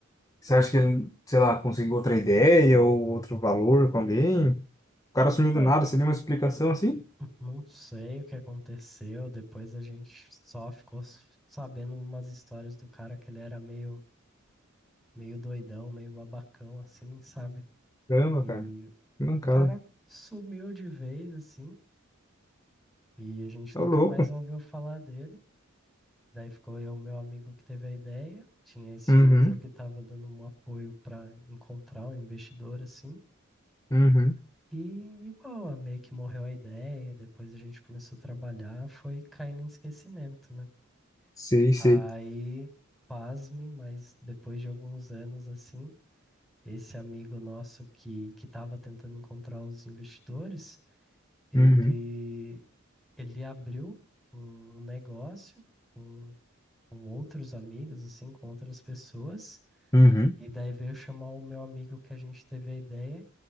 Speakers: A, on the left; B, in the centre.
A: Você acha que ele, sei lá, conseguiu outra ideia ou outro valor com alguém? O cara sumiu
B: não,
A: do nada, você deu uma explicação assim?
B: Não sei o que aconteceu. Depois a gente só ficou s- sabendo umas histórias do cara que ele era meio, meio doidão, meio babacão, assim, sabe?
A: Caramba,
B: E
A: cara. Que mancada.
B: o cara sumiu de vez, assim, e a gente
A: É
B: nunca
A: o louco.
B: mais ouviu falar dele. Daí ficou eu, meu amigo, que teve a ideia. Tinha esse
A: Uhum,
B: outro que estava dando um apoio para encontrar um investidor, assim.
A: uhum.
B: E, e boa, meio que morreu a ideia. Depois a gente começou a trabalhar, foi caindo em esquecimento, né?
A: Sei,
B: Aí,
A: sei.
B: pasme, mas depois de alguns anos assim, esse amigo nosso que que estava tentando encontrar os investidores, ele
A: Uhum,
B: ele abriu um negócio com, com outros amigos, assim, com outras pessoas,
A: uhum.
B: e daí veio chamar o meu amigo que a gente teve a ideia